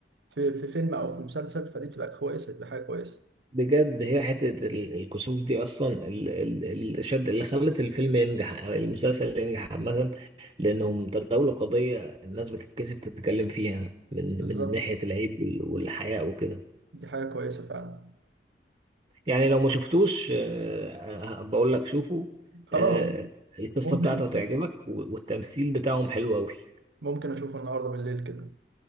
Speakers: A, on the right; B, on the right.
A: في في فيلم او في مسلسل فدي بتبقى كويسه دي حاجه كويسه
B: بجد هي حتة ال- الكسوف دي أصلا ال- ال- الشد اللي خلت الفيلم ينجح أو المسلسل ينجح عامة لأنهم تداولوا قضية الناس بتتكسف تتكلم فيها من
A: بالظبط
B: من ناحية العيب وال- والحياء وكده
A: دي حاجه كويسه فعلا
B: يعني لو ما شفتوش آه، آه، بقول لك شوفوا
A: خلاص
B: آه، القصة
A: ممكن
B: بتاعته هتعجبك و- والتمثيل بتاعهم حلو أوي
A: ممكن اشوفه النهارده بالليل كده